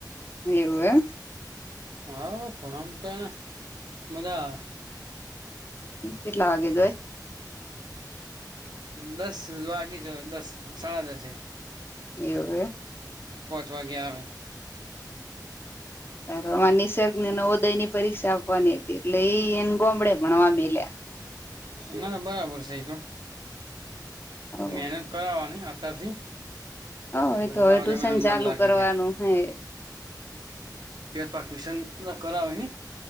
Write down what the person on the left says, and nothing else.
એવું હ
કેટલા વાગે ગયે
એવુ હોયે
આમાં નિસર્ગ ને નવો દય ની પરીક્ષા આપવાની એટલે એ એને ગોમડે ભણવા મ લ્યા
હવ
હ
એ તો હવે
ટ્યુશન
ચાલુ
કરવાનું
હે